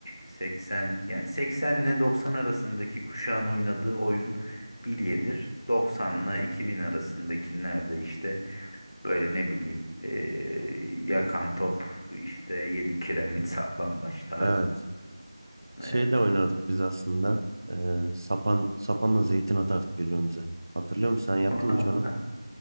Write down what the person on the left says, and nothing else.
80 yani 80 ile 90 arasındaki kuşağın oynadığı oyun bilyedir. 90 ile 2000 arasındakilerde işte Böyle ne bileyim eee, yakan top işte yedi kiremit saklambaç tarzı.
Evet.
<laughs>